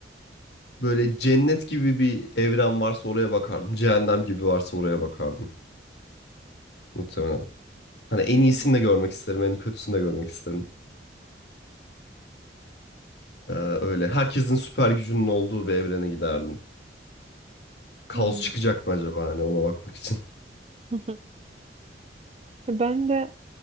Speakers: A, on the left (about 65°); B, on the right (about 35°).
A: böyle cennet gibi bir evren varsa oraya bakardım. Cehennem gibi varsa oraya bakardım muhtemelen. Hani en
B: Hı hı.
A: iyisini de görmek isterim, en kötüsünü de görmek isterim. Eee, öyle herkesin süper gücünün olduğu bir evrene giderdim. Kaos
B: Hı.
A: çıkacak mı acaba hani ona bakmak için. <laughs>
B: Hı <laughs> hı. Ben de